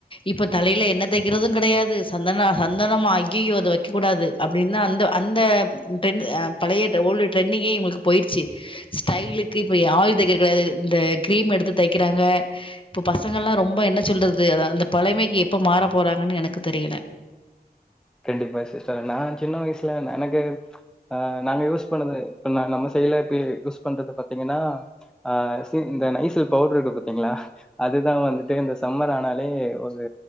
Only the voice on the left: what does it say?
இப்ப தலையில எண்ணெ தேக்கிறதும் கெடையாது சந்தன சந்தனமா அய்யய்யோ அத வச் க்க கூடாது அப்டின்னு அந்த அந்த ட்ரெண்ட் ஆ பழைய ஓல்டு ட்ரெண்டிங்கே இவுங்களுக்கு போயிடுச்சு ஸ்டைலுக் க்கு இப்ப ஏ ஆயில் தேக்கிறது கெடையாது இந்த கிரீம் எடுத்து தேக்கிறாங்க இப்ப பசங்கல்லா ரொம்ப என்னச் சொல்றது ந்து எதாது அந்த பழமைக்கி எப்ப மாற போறாங்கன்னு எனக்கு தெரியல